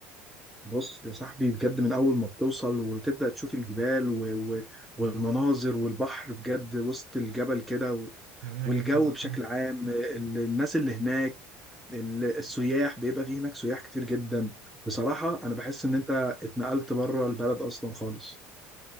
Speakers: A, in the centre; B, on the right (about 80°).
A: بص يا صاحبي بجد من اول ما بتوصل وتبدا تشوف الجبال و... و... والمناظر والبحر بجد وسط الجبل كده و...
B: جميلة
A: والجو
B: جدا اه
A: بشكل عام آه، ال- الناس اللي هناك ال- السياح بيبقى فيه هناك سياح كتير جدا بصراحه انا بحس ان انت اتنقلت بره البلد اصلا خالص